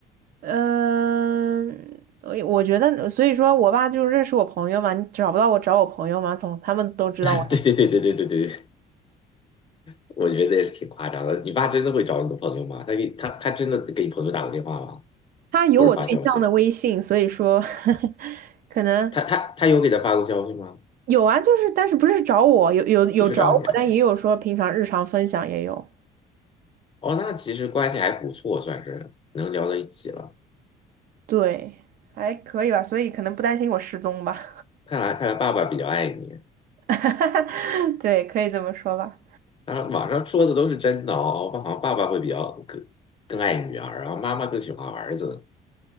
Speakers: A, on the right; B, on the left.
A: 嗯、我我觉得，所以说我爸就认识我朋友嘛，你找不到我找我朋友嘛，从他们都知道我，
B: <laughs> 对对对对对对对，对我觉得也是挺夸张的。你爸真的会找你的朋友吗？他给他他真的给你朋友打过电话吗？
A: 他有我对象的微信，
B: 或者发消息？
A: 所以说 <laughs> 可能
B: 他他他有给他发过消息吗？
A: 有啊，就是但是不是找我，有有有找我，
B: 不是找你啊？
A: 但也有说平常日常分享也有，
B: 哦，那其实关系还不错，算是能聊到一起了。
A: 对，还可以吧，所以可能不担心我失踪吧，
B: 看来看来爸爸比较爱你。
A: <laughs> 对，可以这么说吧。
B: 然后网上说的都是真的哦，我好像爸爸会比较更更爱女儿，然后妈妈更喜欢儿子。